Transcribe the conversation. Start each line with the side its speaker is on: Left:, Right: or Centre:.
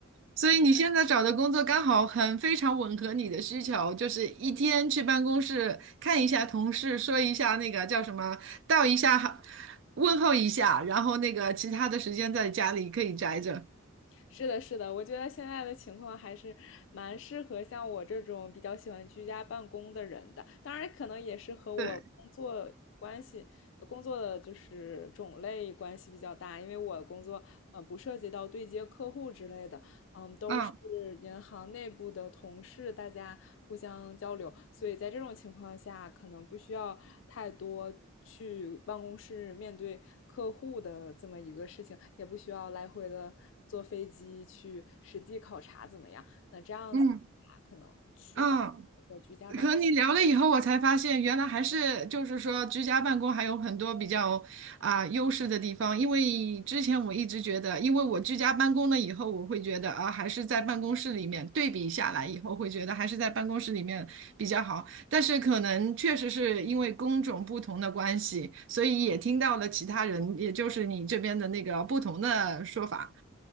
Right: 所以你现在找的工作刚好很非常吻合你的需求，就是一天去办公室看一下同事，说一下那个叫什么，道一下好，问候一下，然后那个其他的时间在家里可以宅着。
Left: 是的，是的，我觉得现在的情况还是蛮适合像我这种比较喜欢居家办公的人的。当然，可能也是和我工作关系、
Right: 对，
Left: 工作的就是种类关系比较大，因为我工作呃不涉及到对接客户之类的，都是银行内部的同事，
Right: 嗯
Left: 大家互相交流，所以在这种情况下，可能不需要太多去办公室面对客户的这么一个事情，也不需要来回的坐飞机去实际考察怎么样。那这样子的话，
Right: 嗯
Left: 可能去办和居家办公。
Right: 嗯。和你聊了以后，我才发现原来还是就是说居家办公还有很多比较啊、优势的地方。因为之前我一直觉得，因为我居家办公了以后，我会觉得啊，还是在办公室里面对比下来以后，会觉得还是在办公室里面比较好。但是可能确实是因为工种不同的关系，所以也听到了其他人，也就是你这边的那个不同的说法。